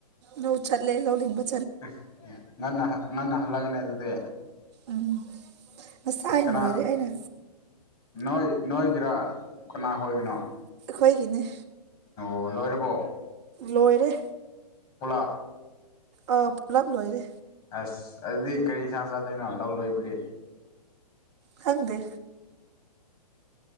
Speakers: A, on the right; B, on the left.
A: ꯅ ꯆꯠꯂꯦ ꯂꯣ ꯂꯕ
B: ꯁ ꯉꯟꯅ ꯉꯟꯅ ꯍꯜꯂꯛꯒꯅꯦ ꯑꯗꯨꯗꯤ
A: ꯎꯝ ꯉꯁꯥꯏ
B: ꯀꯅꯥ
A: ꯑ ꯅꯣꯏꯔꯦ ꯑꯩꯅ
B: ꯅꯣꯏ ꯅꯣꯏꯒꯤꯔꯥꯡ ꯀꯅꯥ ꯑꯣꯏꯒꯅꯣ
A: ꯍꯣꯏꯒꯤꯅꯦ
B: ꯑꯣ ꯂꯣꯏꯔꯕꯣ
A: ꯂꯣꯏꯔꯦ
B: ꯑꯣꯂꯥ
A: ꯑꯥ ꯄꯨꯂꯞ ꯂꯣꯏꯔꯦ
B: ꯑꯁ ꯑꯗꯨꯗꯤ ꯀꯔꯤ ꯏꯟꯁꯥꯡ ꯆꯥꯗꯣꯏꯅꯣ ꯂꯧ ꯂꯣꯏꯕꯒꯤ
A: ꯈꯪꯗꯦ